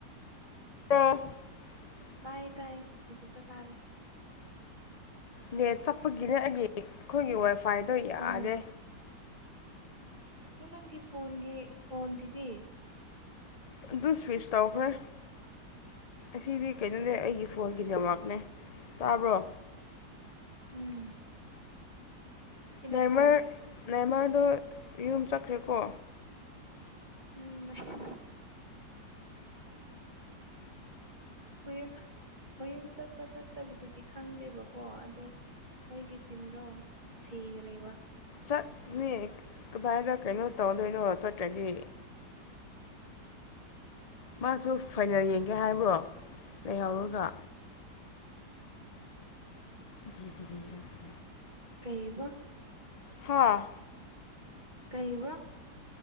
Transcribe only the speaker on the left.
<unintelligible>
ꯅꯦꯠ ꯆꯠꯄꯒꯤꯅꯦ ꯑꯩꯒꯤ ꯈꯣꯏꯒꯤ ꯋꯥꯏꯐꯥꯏꯗꯣ ꯌꯥꯗꯦ
ꯗꯨ ꯁ꯭ꯋꯤꯁ ꯇꯧꯈ꯭ꯔꯦ ꯑꯁꯤꯗꯤ ꯀꯩꯅꯣꯅꯦ ꯑꯩꯒꯤ ꯐꯣꯟꯒꯤ ꯅꯦꯠꯋꯥꯛꯅꯦ ꯇꯥꯕ꯭ꯔꯣ
ꯅꯏꯃꯔ
ꯅꯏꯃꯔꯗꯣ ꯌꯨꯝ ꯆꯠꯈ꯭ꯔꯦꯀꯣ
ꯆꯠꯅꯤ ꯀꯗꯥꯏꯗ ꯀꯩꯅꯣ ꯇꯧꯗꯣꯏꯅꯣ ꯆꯠꯇ꯭ꯔꯗꯤ ꯃꯥꯁꯨ ꯐꯥꯏꯅꯦꯜ ꯌꯦꯡꯒꯦ ꯍꯥꯏꯕ꯭ꯔꯣ ꯂꯩꯍꯧꯔꯒ ꯄꯤꯖꯕꯩꯉꯥꯛꯇ
ꯍꯥꯥ